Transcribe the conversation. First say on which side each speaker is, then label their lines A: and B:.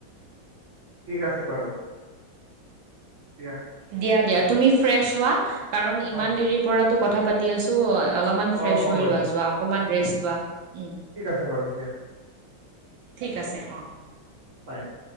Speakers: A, on the right; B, on the right.
A: ঠিক আছে বাৰু দিয়া।
B: দিয়া দিয়া তুমি ফ্ৰেছ হোৱা কাৰণ ইমান
A: অ
B: দেৰি পৰাতো কথা পাতি- পাতি আছোঁ অলপমান
A: অ
B: ফ্ৰেছ
A: হ'ব
B: হৈ লোৱা
A: দিয়া
B: যোৱা অকমান ৰেষ্ট লোৱা উমঁ'।
A: ঠিক আছে বাৰু দিয়া
B: ঠিক আছে, অ'।
A: হঁয়।